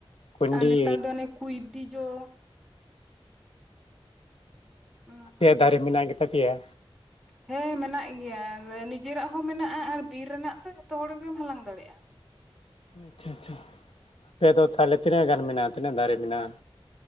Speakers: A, on the left; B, in the centre.
A: ᱠᱩᱸᱭᱰᱤ
B: ᱟᱨ ᱱᱮᱛᱟᱨ ᱫᱚ ᱚᱱᱮ ᱠᱩᱭᱰᱤ ᱡᱚ, ᱚᱱᱟ
A: ᱟᱯᱮᱭᱟᱜ
B: ᱠᱚ ᱦᱟᱞᱟᱝ
A: ᱫᱟᱨᱮ ᱢᱮᱱᱟᱜ ᱜᱮᱛᱟ ᱯᱮᱭᱟ?
B: ᱦᱮᱸ ᱢᱮᱱᱟᱜ ᱜᱮᱭᱟ, ᱱᱤᱡᱮᱨᱟᱜ ᱦᱚᱸ ᱢᱮᱱᱟᱜᱼᱟ ᱟᱨ ᱵᱤᱨ ᱨᱮᱱᱟᱜ ᱫᱚ ᱡᱷᱚᱛᱚ ᱦᱚᱲ ᱜᱮᱢ ᱦᱟᱞᱟᱝ ᱫᱟᱲᱮᱜᱼᱟ᱾
A: ᱟᱪᱪᱷᱟ ᱟᱪᱪᱷᱟ, ᱟᱯᱮᱫᱚ ᱛᱟᱦᱚᱞᱮ ᱛᱤᱱᱟᱹᱜ ᱜᱟᱱ ᱢᱮᱱᱟᱜᱼᱟ, ᱛᱤᱱᱟᱹᱜ ᱫᱟᱨᱮ ᱢᱮᱱᱟᱜᱼᱟ?